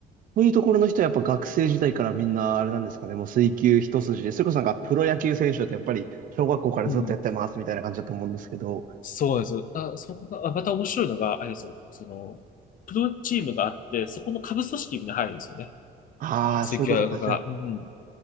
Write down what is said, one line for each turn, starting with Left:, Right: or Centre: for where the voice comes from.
Right: そういうところの人はやっぱ学生時代からみんなあれなんですかね。もう水球一筋で。それこそなんかプロ野球選手だとやっぱり小学校からずっとやってますみたいな感じだと思うんですけど。
Left: うん。そうなんですよ。あ、そこが、あまた面白いのが、あれですよ。その、プロチームがあって、そこの下部組織にみんな入るんですよね。
Right: ああ、
Left: 水球が。
Right: そういうことか。じゃあ、
Left: うんうん。だか